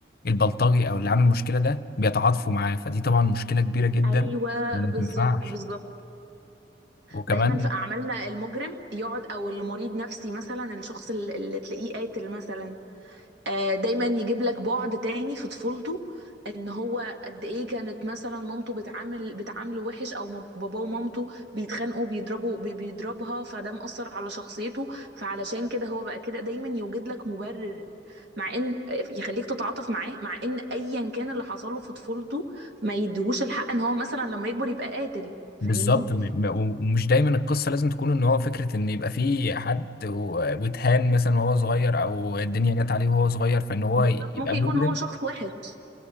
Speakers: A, on the left; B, on the right.
A: البلطجي او اللي عامل المشكلة ده بيتعاطفوا معاه فدي طبعا مشكلة كبيرة جدا
B: ايوه
A: وما
B: بالظبط
A: تنفعش
B: بالظبط
A: وكمان
B: دايما في اعمالنا المجرم يقعد او المريض نفسي مثلا الشخص اللي اللي تلاقيه قاتل مثلا آه، دايما يجيب لك بعد تاني في طفولته ان هو قد ايه كانت مثلا مامته بتعامل بتعامله وحش او مام- باباه ومامته بيتخانقوا بيضربوا بي- بيضربها فده مأثر على شخصيته فعلشان كده هو بقى كده دايما يوجد لك مبرر مع ان يخليك تتعاطف معاه مع ان ايا كان اللي حصله في طفولته ما يديهوش الحق ان هو مثلا لما يكبر يبقى قاتل فاهمني
A: بالظبط م- م- ومش دايما القصه لازم تكون ان هو فكره ان يبقى في حد و- واتهان مثلا وهو صغير او الدنيا جت عليه وهو صغير فان هو
B: بالظبط
A: يبقى
B: ممكن
A: مجرم
B: يكون هو شخص وحش